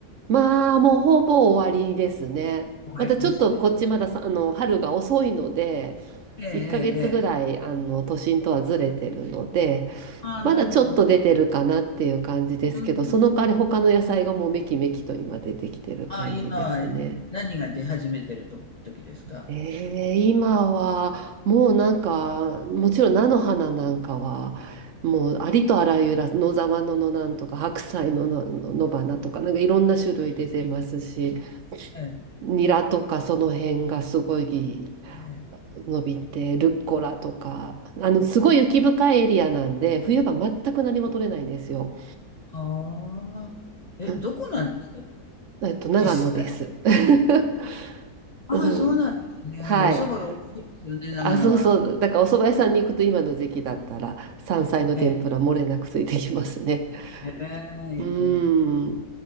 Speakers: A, on the right; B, on the left.
A: まあ、もうほぼ終わりですね。
B: 終わりですね。
A: またちょっとこっちまださ、あの、春が遅いので、
B: ええええええ。
A: 1ヶ月ぐらい、あの、都心とはずれてるので、
B: ああ、
A: まだちょっと出てるかなっていう感じですけど、
B: なるほど。うんうんうん。
A: その代わり他の野菜がもうめきめきと今出てきてる感じですね。
B: あ、今は何が出始めてると時ですか
A: えー、今はもうなんかもちろん菜の花なんかはもうありとあらゆる野沢菜のなんとか白菜のの野花とかなんかいろんな種類出てますし
B: ええ、
A: ニラとかその辺がすごい
B: ええ。
A: 伸びてルッコラとかあのすごい雪深いエリアなんで冬が全く何も取れないんですよ。
B: ああ。え、
A: ん
B: どこなんですか
A: えっと長野です。
B: 実際。
A: <laughs>
B: ああ、
A: うん、
B: そうなんですね。
A: はい
B: お蕎麦が美味しいですよね、長野は。
A: あ、そうそう。だからお蕎麦屋さんに行くと今の時期だったら山菜の天ぷら漏れなくついてきますね。
B: ええ。ええ、
A: うーん。
B: も